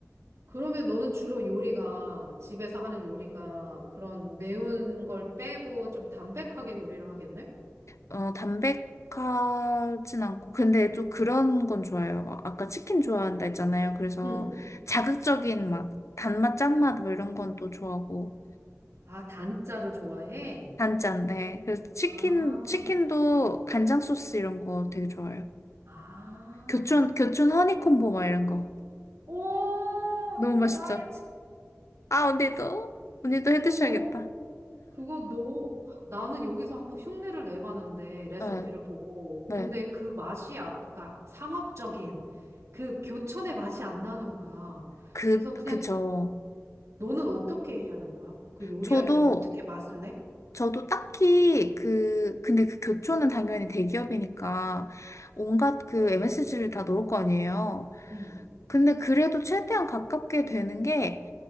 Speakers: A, on the right; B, on the left.
A: 그러면 너는 주로 요리가, 집에서 하는 요리가 그런 매운 걸 빼고 좀 담백하게 요리를 하겠네?
B: 어, 담백하진 않고 근데 좀 그런 건 좋아요. 막 아까 치킨 좋아한다
A: 어떤 거?
B: 했잖아요. 그래서
A: 응.
B: 자극적인 맛, 단맛, 짠맛 뭐 이런 건 또 좋아하고.
A: 아, 단자를 좋아해?
B: 단짠 네 그래서 치킨,
A: 아.
B: 치킨도 간장 소스 이런 거 되게 좋아해요.
A: 아,
B: 교촌, 교촌 허니콤보 막 이런 거.
A: 와,
B: 너무
A: 그
B: 맛있죠?
A: 나의 책.
B: 아, 언니도? 언니도 해
A: 어,
B: 드셔야겠다.
A: 너, 그거 너, 나는 여기서 한번 흉내를 내봤는데, 레시피를
B: 네,
A: 보고.
B: 네.
A: 근데 그 맛이, 안, 그러니까 상업적인 그 교촌의 맛이 안 나는 거야.
B: 그,
A: 그래서 그냥
B: 그죠.
A: 너는 어떻게 해야 하는 거야? 그 요리할
B: 저도,
A: 때 뭐 어떻게 맛을 내?
B: 저도 딱히 그, 근데 그 교촌은 당연히 대기업이니까 온갖 그 MSG를 다 넣을 거 아니에요.
A: 응,
B: 근데 그래도 최대한 가깝게 되는 게